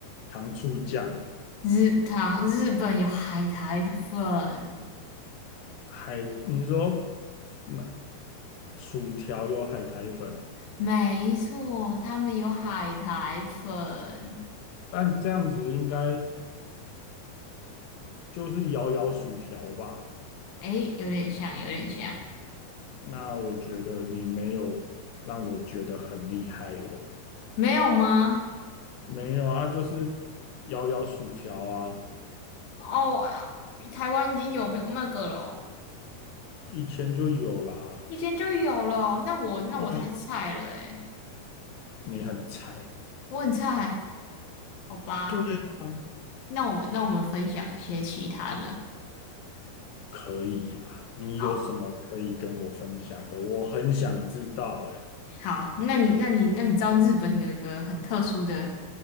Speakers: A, on the left; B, on the left.
A: 糖醋酱
B: 日它日本有海苔粉，
A: 海，你说那薯条有海苔粉，
B: 没错，他们有海苔粉。
A: 但这样子应该就是摇摇薯条吧？
B: 诶，有点像，有点像，
A: 那我觉得你没有让我觉得很厉害哦。
B: 没有吗？
A: 没有啊，就是摇摇薯条啊，
B: 哦，啊台湾已经有没有那个了哦
A: 以前就有啦。
B: 以前就有了，那我那我太菜了诶，
A: 对你很菜，
B: 我很菜，好吧？
A: 对啊，
B: 那我们那我们分享一些其他的。
A: 可以呀、啊你有什么可以跟我分享的？
B: 好，
A: 我很想知道、欸，
B: 好啊，那你那你那你知道日本有一个很特殊的，